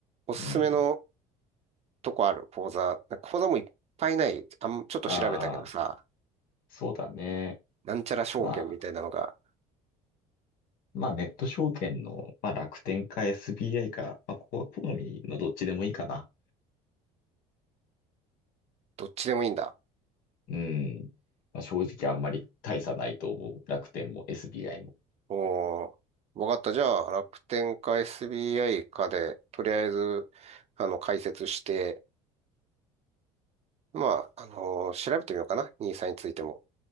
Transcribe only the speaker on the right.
おすすめの
とこある口座、口座もいっぱいない。あん、ちょっと調べたけどさ、
なんちゃら証券みたいなのが、
どっちでもいいんだ。
おー、わかった。じゃあ、楽天か SBI かで、とりあえず、あの、解説して、まあ、あのー調べてみようかな。兄さんについても。